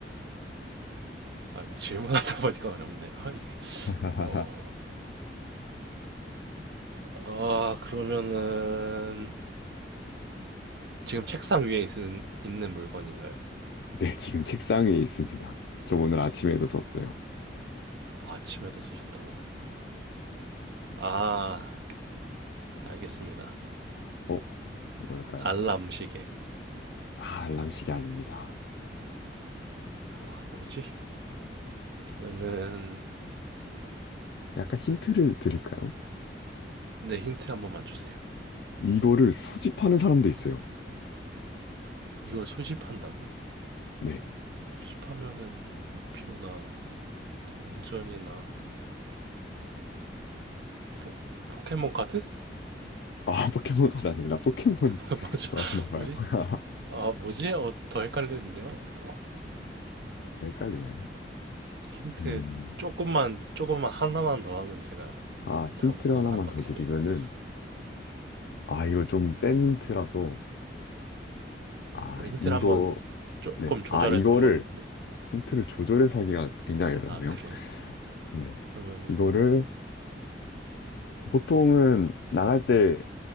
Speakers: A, on the right; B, on the left.
A: 아, 이게 질문하다 보니까 어렵네요. <laughs> 이게,
B: <laughs>
A: 어, 아, 그러면은 지금 책상 위에 있, 있는 물건인가요?
B: 네, 지금 책상 위에 있습니다. 저 오늘 아침에도 썼어요.
A: 아, 아침에도 쓰셨다고요? 아, 알겠습니다.
B: 어, 뭘까요?
A: 알람 시계.
B: 아, 알람시계 아닙니다.
A: 아, 뭐지? 그러면은,
B: 약간 힌트를 드릴까요?
A: 네, 힌트 한 번만 주세요.
B: 이거를 수집하는 사람도 있어요.
A: 이걸 수집한다고요?
B: 네.
A: 수집하면은 뭐 우표나 동전이나 포, 포켓몬 카드?
B: 아, 포켓몬 카드 아니라 포켓몬
A: <laughs>
B: <laughs>
A: 뭐죠?
B: 좋아하시나 봐요.
A: 뭐지?
B: <laughs>
A: 아, 뭐지? 어, 더 헷갈리는데요? 어,
B: 헷갈리나요?
A: 힌트
B: 음.
A: 조금만, 조금만 하나만 더 하면 제가
B: 아, 힌트를
A: 다음부터는
B: 하나만
A: 안 받겠습니다.
B: 더 드리면은,
A: 네.
B: 아, 이거 좀 센 힌트라서, 아,
A: 그럼 힌트를
B: 이거,
A: 한번 조금
B: 네.
A: 조절해서
B: 아, 이거를,
A: 한번, 네.
B: 힌트를 조절해서 하기가 굉장히 어렵네요.
A: 아, 그래요?
B: 네.
A: 그러면은,
B: 이거를 보통은 나갈 때,